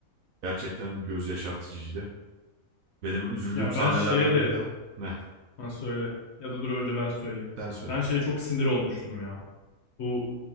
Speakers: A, on the right; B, on the left.
A: Gerçekten göz yaşartıcıydı. Benim üzüldüğüm
B: Ya
A: sahnelerden
B: ben şeye de
A: biri de ne?
B: Ha söyle. Ya da dur önce ben söyleyeyim.
A: Sen söyle.
B: Ben şeye çok sinir olmuştum ya. Bu